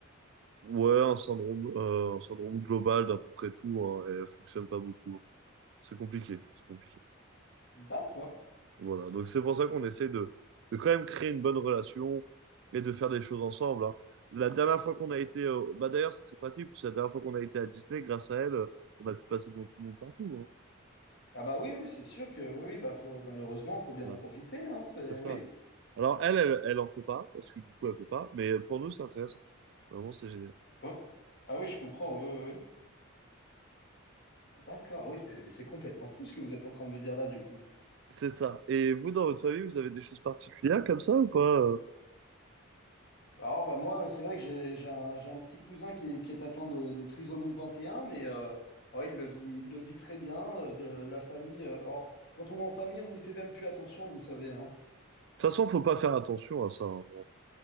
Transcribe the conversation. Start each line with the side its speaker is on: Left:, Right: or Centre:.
Right: Ouais, un syndrome, euh, un syndrome global d'à peu près tout, hein, et elle fonctionne pas beaucoup. hein. C'est compliqué, c'est compliqué.
Left: D'accord.
Right: Voilà, donc c'est pour ça qu'on essaie de, de quand même créer une bonne relation et de faire des choses ensemble. hein. La dernière fois qu'on a été, euh, bah d'ailleurs c'est très pratique, parce que la dernière fois qu'on a été à Disney, grâce à elle, euh, on a pu passer devant tout le monde partout. hein.
Left: Ah bah oui, oui, c'est sûr que oui, oui, bah faut malheureusement, faut bien
Right: Voilà.
Left: en profiter, hein. C'est
Right: c'est ça.
Left: oui.
Right: Alors, elle, elle, elle en fait pas, parce que du coup, elle peut pas, mais pour nous, c'est intéressant. Vraiment, c'est génial.
Left: Oh. Ah oui, je comprends. Oui, oui. oui. D'accord. Ah Oui, c'est mais c'est complètement fou ce que vous êtes en train de me dire là, du coup.
Right: C'est ça. Et vous, dans votre famille, vous avez des choses particulières comme ça ou pas? euh De
Left: Alors bah moi, c'est vrai que j'ai j'ai un, j'ai un petit cousin qui, qui est atteint de, de trisomie 21, mais euh, oh, il le vit, il le vit très bien. euh, De la famille. euh, oh, quand on est en famille, on n'y fait même plus attention, vous savez, hein.
Right: toute façon, faut pas faire attention à ça, hein,